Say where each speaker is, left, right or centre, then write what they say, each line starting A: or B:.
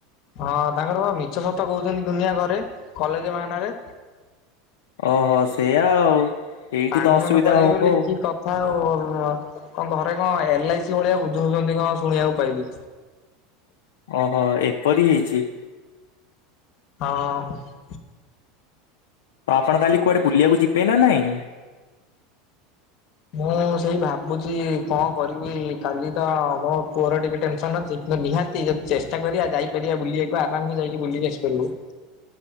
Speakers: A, on the left; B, on the left.
A: ହଁ ତାଙ୍କର ବା ମିଛ ସତ କହୁଛନ୍ତି ଦୁନିଆ ଘରେ କଲେଜ ବାହାନା ରେ
B: ଓହୋ ସେଇଆ ଆଉ ଏଇଠି
A: ଆଡମିସନ
B: ତ ଅସୁବିଧା
A: କରିବେ
B: ହବ
A: ବୋଲି
B: ଆଉ।
A: କି କଥା ଆଉ କଣ ଘରେ କଣ ଏଲ ଆଇ ସି ଭଳିଆ ବୁଝଉଛନ୍ତି କଣ ଶୁଣିବାକୁ ପାଇଲି।
B: ଓହୋ ଏପରି ହେଇଛି।
A: ହଁ।
B: ଆପଣ କାଲି କୁଆଡେ ବୁଲିବାକୁ ଯିବେ ନା ନାଇଁ?
A: ମୁଁ ସେଇ ଭାବୁଛି କଣ କରିବି କାଲି ତ ମୋ ପୁଅର ଟିକେ ଟେନସନ ଅଛି କିନ୍ତୁ ନିହାତି ଯଦି ଚେଷ୍ଟା କରିବା ଯାଇପାରିବା ବୁଲିିବାକୁ ଆରାମସ ଯାଇକି ବୁଲି ଆସିପାରିବୁ।